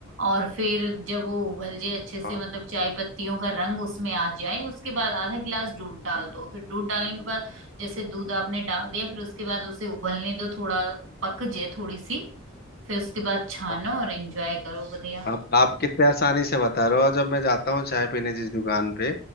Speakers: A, on the right; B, on the left.
A: और फिर जब वो उबल जाए अच्छे से
B: हाँ
A: मतलब चाय
B: हाँ
A: पत्तियों का रंग उसमें आ जाए उसके बाद आधा गिलास दूध डाल
B: हाँ,
A: दो फिर दूध डालने के बाद जैसे दूध आपने डाल दिया फिर उसके बाद उसे उबलने दो थोड़ा पक जाए थोड़ी सी फिर उसके बाद छानो
B: हाँ।
A: और एंजॉय करो बढ़िया
B: आप आप कितने आसानी से बता रहे हो और जब मैं जाता हूँ चाय पीने जिस दुकान पे